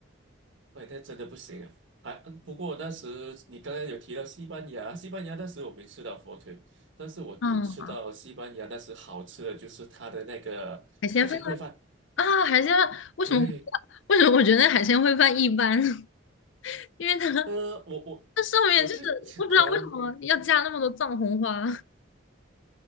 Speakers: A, on the right (about 70°); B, on the left (about 70°).
A: 喂那真的不行啊！还嗯不过那时你刚刚有提到西班牙，西班牙那时我没吃到火腿，但是我有吃到西班牙那时好吃的就是它的那个海鲜烩饭。
B: 嗯，海鲜饭啊，海鲜饭为什么我
A: 对，
B: 为什么我觉得海鲜烩饭一般？<laughs> 因为它
A: 呃，我我我就可能
B: 它上面就是我不知道为什么要加那么多藏红花。